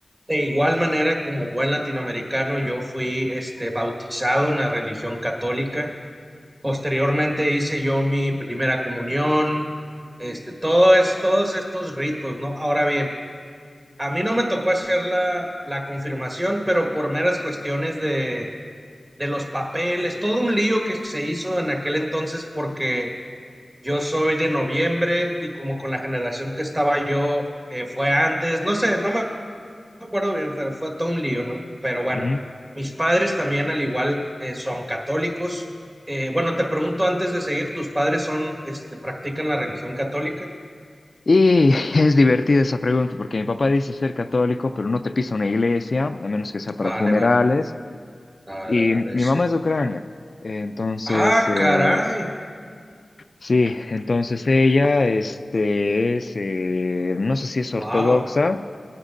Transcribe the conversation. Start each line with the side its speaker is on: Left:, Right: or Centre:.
Right: de igual manera, como buen latinoamericano, yo fui este, bautizado en la religión católica. Posteriormente hice yo mi primera comunión, este, todo es, todos estos ritos, ¿no? Ahora bien, a mí no me tocó hacer la, la confirmación, pero por meras cuestiones de, de los papeles, todo un lío que se hizo en aquel entonces porque yo soy de noviembre y como con la generación que estaba yo eh, fue antes, no sé, no me acuerdo bien, pero fue todo un lío, ¿no? Pero bueno,
Left: ujú.
Right: mis padres también al igual eh, son católicos. Eh, bueno, te pregunto antes de seguir, ¿tus padres son, este, practican la religión católica?
Left: Y <laughs> es divertida esa pregunta porque mi papá dice ser católico, pero no te pisa una iglesia, a menos que sea para
Right: Vale,
Left: funerales.
Right: vale, vale,
Left: Y
Right: vale,
Left: mi
Right: sí.
Left: mamá es de Ucrania, eh, entonces,
Right: Ah,
Left: eh,
Right: caray,
Left: sí, entonces ella este, es, eh, no sé si es ortodoxa
Right: wow,